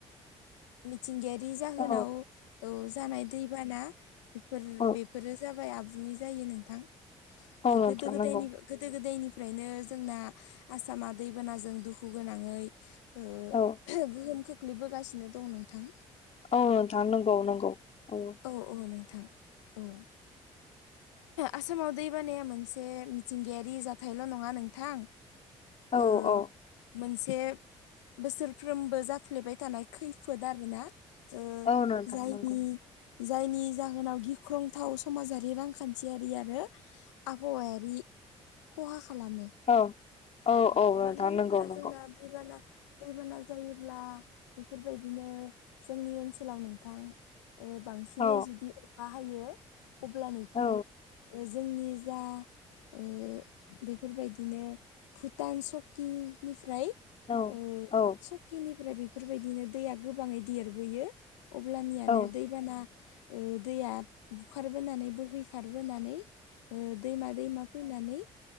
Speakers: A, on the left; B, on the left.
A: मिथिंगायारि जाहोनाव
B: औ
A: औ जानाय दैबाना बेफोर-बेफोरो
B: औ
A: जाबाय आबुङै जायो नोंथां
B: औ
A: ओ
B: नोंथां
A: गोदो-गोदायनि
B: नंगौ
A: गोदो-गोदायनिफ्रायनो जोंना आसामा दैबानाजों दुखु गोनाङै ओ
B: औ
A: गोहोम खोख्लैबोगासिनो दं नोंथां।
B: औ थां नंगौ नंगौ औ
A: औ औ नोंथां औ। आसामाव दैबानाया मोनसे मिथिंगायारि जाथायल' नङा नोंथां
B: औ
A: ओ
B: औ
A: मोनसे बोसोरफ्रोमबो जाफ्लेबाय थानाय खैफोद आर ना ओ
B: औ नोंथां
A: जायनि
B: नंगौ
A: जायनि जाहोनाव गिख्रंथाव समाजारि रांखान्थियारि आरो आबहावायारि खहा खालामो
B: औ औ औ नोंथां
A: मानो होनोब्ला
B: नंगौ
A: जोंना
B: नंगौ
A: दैबाना दैबाना जायोब्ला बेफोरबायदिनो जोंनि ओनसोलाव नोंथां ओ बांसिनै
B: औ
A: जुदि अखा हायो अब्लानोखि
B: औ
A: जोंनि जा ओ बेफोरबायदिनो भुटान सकिनिफ्राय
B: औ
A: ओ
B: औ
A: सकिनिफ्राय बेफोरबायदिनो दैया गोबाङै देरबोयो अब्लानियानो
B: औ
A: दैबाना ओ दैया बुखारबोनानै बोहैखारबोनानै दैमा दैमा फैनानै